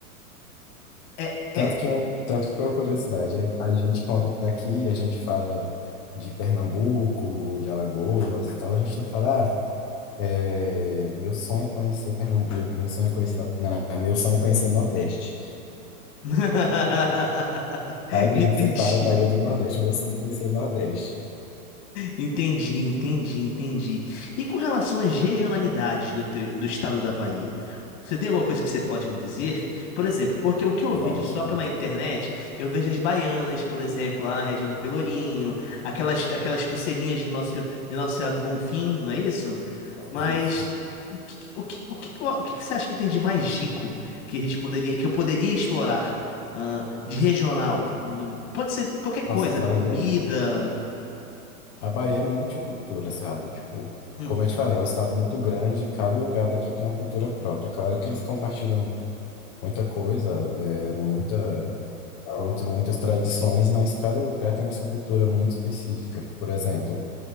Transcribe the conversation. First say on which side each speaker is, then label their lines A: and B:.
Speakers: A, on the left; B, on the left.
A: É,
B: tanto
A: é.
B: que, é um, tanto que é uma curiosidade, é, a gente quando tá aqui, a gente fala de Pernambuco, de Alagoas e tal, a gente não fala. "Ah, É, meu sonho é conhecer Pernambuco, meu sonho é conhecer, La- não, meu sonho é conhecer o Nordeste,
A: <laughs>
B: sabe?
A: Entendi.
B: A gente separa a Bahia do Nordeste, meu sonho é conhecer o Nordeste.
A: Entendi, entendi, entendi. E com relação às regionalidades do, teu- do estado da Bahia, você tem alguma coisa que você pode me dizer? Por exemplo, porque o que eu
B: Nossa,
A: vejo só pela internet, eu vejo as baianas, por exemplo, lá na região do Pelourinho, aquelas, aquelas pulseirinhas de Nosso, de Nossa Senhora do Bonfim, não é isso? Mas
B: isso.
A: o que, o que, o que, o que você acha que tem de mais rico que a gente poderia, que eu poderia explorar, ah, de regional? Pode ser qualquer coisa,
B: Nossa, a Bahia,
A: comida.
B: é, tipo, a Bahia é multicultura, sabe? Tipo,
A: Uhum,
B: como eu te falei, é um estado muito grande, cada lugar daqui tem uma cultura própria. Claro que eles compartilham muita coisa, é, muita, muito, muitas tradições, mas cada lugar tem a sua cultura muito específica. Por exemplo,